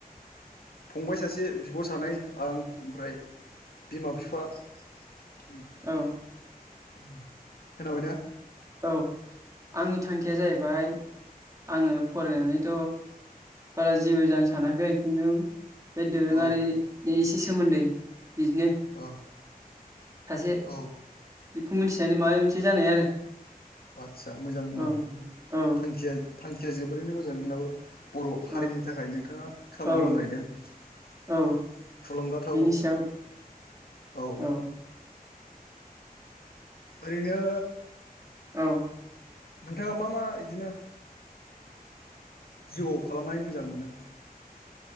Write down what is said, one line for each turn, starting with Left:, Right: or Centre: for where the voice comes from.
Left: फंबाय सासे बिब' सानै आं ओमफ्राय बिमा बिफा ओम ओम
Right: औ
Left: खोनाबायना?
Right: औ आंनि थांखिया जाहैबाय। आङो फरायनानैथ' बारा जेबो जानो सानाखै खिन्थु बे दोरोङारि‌‌
Left: औ
Right: इ‌ एसे सोमोन्दै बिदिनो
Left: औ
Right: सासे
Left: औ
Right: खौ मिन्थिनानै‌ माबा मोनसे जानाय आरो
Left: आदसा मोजां होनबा
Right: औ औ
Left: थांखिया थांखिया जोबोरैनो मोजां नोंनाबो बर'
Right: औ
Left: हारिनि थाखाय नोंथाङा खामानि
Right: औ
Left: मावनो‌ नागिदों‌
Right: औ
Left: थुलुंगाथाव
Right: बिनि
Left: औ
Right: सायाव
Left: औ‌
Right: औ
Left: ओरैनो
Right: औ
Left: नोंथाङा मा मा इदिनो? जिउआव खालामनाय मोजां मोनो